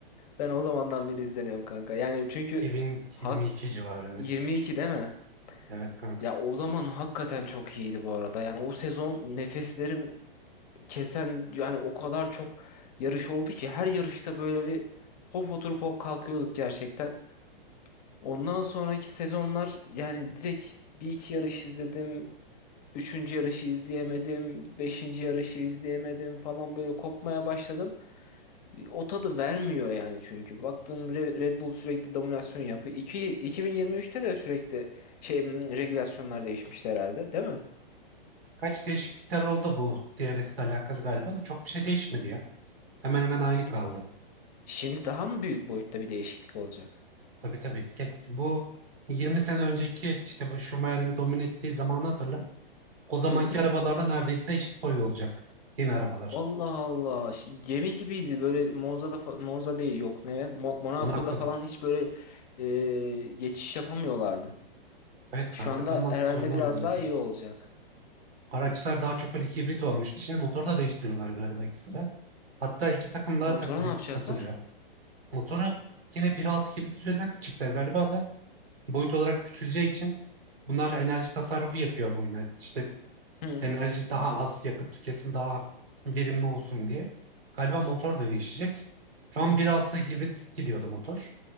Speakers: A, on the left; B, on the right.
A: Ben o zamandan beri izlemiyorum kanka. Yani çünkü
B: 2022
A: hak
B: civarı evet.
A: 22 değil mi?
B: Evet kanka.
A: Ya o zaman hakikaten çok iyiydi bu arada. Yani o sezon nefeslerim kesen yani o kadar çok yarış oldu ki her yarışta böyle bir hop oturup hop kalkıyorduk gerçekten. Ondan sonraki sezonlar yani direkt bir iki yarış izledim. Üçüncü yarışı izleyemedim. Beşinci yarışı izleyemedim falan böyle kopmaya başladım. O tadı vermiyor yani çünkü. Baktığım Re- Red Bull sürekli dominasyon yapıyor. İki, 2023'te de sürekli şey hmm, regülasyonlar değişmişti herhalde değil mi?
B: Kaç değişiklikler oldu bu DRS ile alakalı galiba da çok bir şey değişmedi ya. Hemen hemen aynı
A: Şi-
B: kaldı.
A: Şimdi daha mı büyük boyutta bir değişiklik olacak?
B: Tabii tabii. Ge- Bu 20 sene önceki işte bu Schumacher'in domine ettiği zamanı hatırla. O zamanki
A: Hı.
B: arabalarla neredeyse eşit boyu olacak. Yeni arabalar.
A: Allah Allah. Şi- Gemi gibiydi böyle Monza'da fa- Monza değil yok ne? Mo- Monaco'da
B: Monaco'dan.
A: falan hiç böyle e, geçiş yapamıyorlardı.
B: Evet kanka
A: Şu anda
B: tamamen
A: herhalde
B: sorun oydu
A: biraz
B: zaten.
A: daha iyi olacak.
B: Araçlar daha çok böyle hibrit olmuştu. Şimdi motoru da değiştiriyorlar galiba ekstra. Hatta iki takım daha
A: Motoru
B: takılı,
A: ne yapacaklar?
B: atılıyor. Motoru yine 1.6 hibrit üzerinden gidecekler galiba da boyut olarak küçüleceği için bunlar enerji tasarrufu yapıyor bu oyuna. İşte
A: Hı.
B: enerji daha az yakıt tüketsin, daha verimli olsun diye. Galiba motor da değişecek. Şu an bir altı hibrit gidiyordu motor.